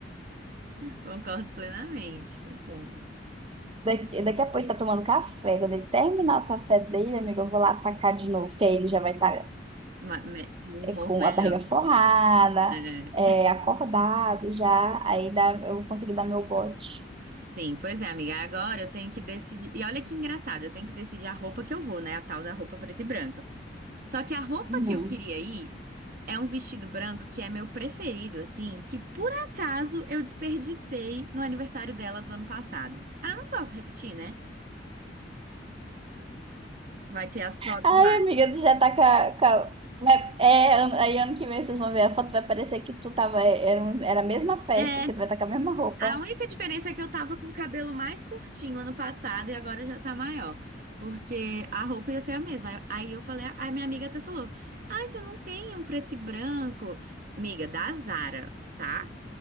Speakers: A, on the right; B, on the right.
A: Concordo plenamente. Concordo.
B: Daqui, daqui a pouco ele tá tomando café. Quando ele terminar o café dele, amiga, eu vou lá atacar de novo, que aí ele já vai estar
A: Ma- me- O humor
B: com
A: melhor.
B: a barriga forrada,
A: É,
B: é, acordado já. Aí dá, eu vou conseguir dar meu bote.
A: sim, pois é, amiga. Agora eu tenho que decidir. E olha que engraçado, eu tenho que decidir a roupa que eu vou, né? A tal da roupa preta e branca. Só que a roupa
B: Uhum.
A: que eu queria ir é um vestido branco que é meu preferido, assim, que por acaso eu desperdicei no aniversário dela do ano passado. Ah, não posso repetir, né? Vai ter as fotos
B: Ai,
A: lá.
B: amiga, tu já tá com a... com a- Mas É, ano- aí ano que vem vocês vão ver a foto, vai parecer que tu tava... é, Era, um- era a mesma festa,
A: É,
B: porque tu vai estar com a mesma roupa.
A: a única diferença é que eu tava com o cabelo mais curtinho ano passado e agora já tá maior. Porque a roupa ia ser a mesma. Aí aí eu falei, aí minha amiga até falou: Ai, você não tem um preto e branco? Amiga, da Zara, tá?